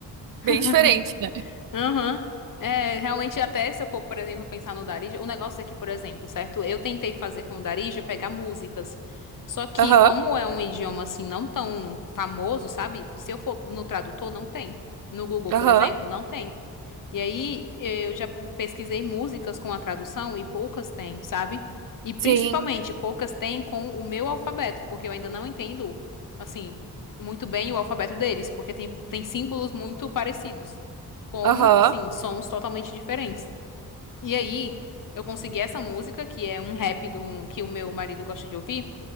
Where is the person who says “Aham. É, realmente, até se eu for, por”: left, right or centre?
Left